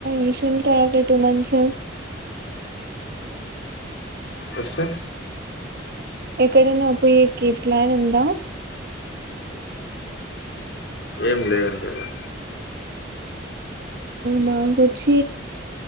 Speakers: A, on the right; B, on the left.
A: ఈసమ్ తర్వాత టూ మంత్స్,
B: ఎస్
A: ఎక్కడనా పోయేకి ప్లాన్ ఉందా
B: ఏం లేదండి ఇంకా
A: మా కచ్చ